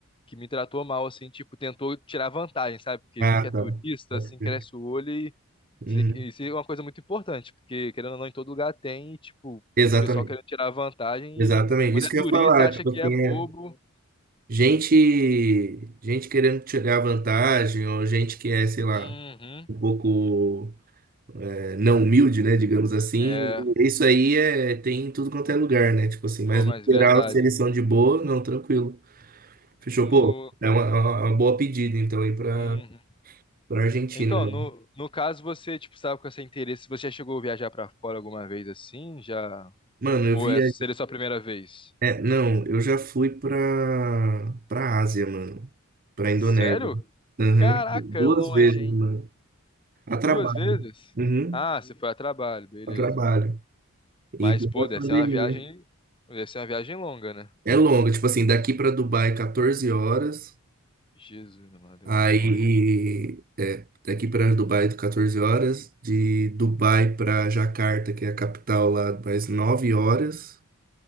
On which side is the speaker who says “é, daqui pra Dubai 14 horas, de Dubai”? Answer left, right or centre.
Right